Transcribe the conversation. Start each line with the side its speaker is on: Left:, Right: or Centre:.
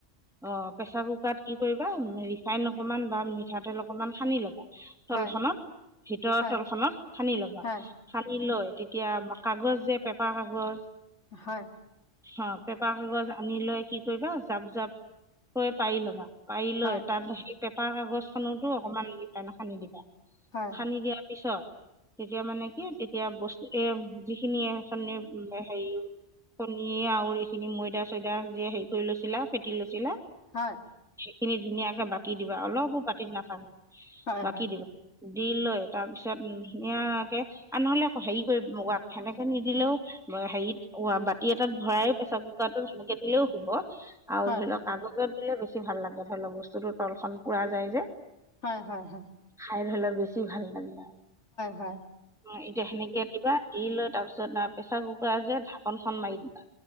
Centre: অ' প্ৰেচাৰ কুকাৰত কি কৰিবা ৰিফাইন অকমান বা মিঠাতেল অকমান সানি ল'বা তলখনত
Left: হয়
Centre: ভিতৰৰ
Left: হয়
Centre: তলখত সানি ল'বা
Left: হয়
Centre: সানি লৈ তেতিয়া কাগজ যে পেপাৰ কাগজ
Left: হয়।
Centre: অ পেপাৰ কাগজ আনি লৈ কি কৰিবা জাপ জাপ কৈ পাৰি লবা। পাৰি লৈ।
Left: হয়
Centre: তাত <unintelligible> হেৰি পেপাৰ কাগজখনতো অকমান এনে সানি দিবা।
Left: হয়
Centre: সানি দিয়াৰ পিছত তেতিয়া মানে কি তেতিয়া বস্তু এম যিখিনিয়ে এখনি হেৰি কণী আৰু এইখিনি ময়দা চয়দা যে হেৰি কৰি লৈছিলা ফেটি লৈছিলা
Left: হয়
Centre: খিনি ধুনীয়াকে বাকি দিবা অলপো বাতিত নাথাকে
Left: হয়
Centre: বাকি
Left: হয়
Centre: দিবা। দি লৈ তাৰপিছত ধুনীয়াকে আৰু নহলে আকৌ হেৰি কৰি সেনেকে নিদিলেও বা হেৰিত <unintelligible> ই এটাত ভৰাই প্ৰেচাৰ কুকাৰতোত সেনেকে দিলেও হ'ব, আৰু
Left: হয়
Centre: ধৰি লওক কাগজত দিলে বেছি ভাল লাগে ধৰি লওক বস্তুতো তল খন পুৰা যায় যে।
Left: হয়-হয়-হয়।
Centre: <unintelligible> বেছি ভাল লাগিলে।
Left: হয়
Centre: অহ এতিয়া সেনেকে দিবা দি লৈ তাৰপিছত প্ৰেছাৰ কুকাৰ যে ঢাকনখন মাৰি দিবা।